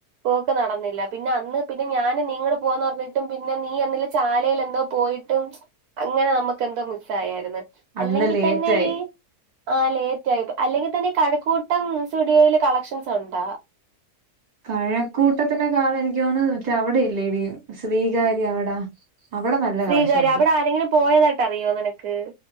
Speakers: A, on the right; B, on the right.
A: പോക്ക് നടന്നില്ല പിന്നെ അന്ന് പിന്നെ ഞാൻ നീയുംകുടെ പോവാന്ന് പറഞ്ഞിട്ടും പിന്നെ നീ അന്ന്ല്ലെ ചാലയിൽ എന്തോ പോയിട്ടും അങ്ങനെ നമ്മക്ക് എന്തോ മിസ്സായാരുന്നു അല്ലെങ്കി
B: അന്ന് ലേറ്റായി
A: തന്നെ ഈ ആ ലേറ്റ് ആയി് അല്ലെങ്കി തന്നെ കഴക്കൂട്ടം സ്റ്റുഡിയോയിൽ കളക്ഷൻസ് ഉണ്ടോ
B: കഴക്കൂട്ടത്തിനേകാള് എനിക്ക് ക്ക് തോണ് അവിടെയില്ലേ എടീ സ്വീകാര്യ അവിടാ അവിടെ നല്ല
A: ശ്രീകാര്യംഅവിടെ
B: കളക്ഷൻ ഉണ്ട്
A: ആരെങ്കിലും പോയതായിട്ട് അറിയോ നിനക്ക്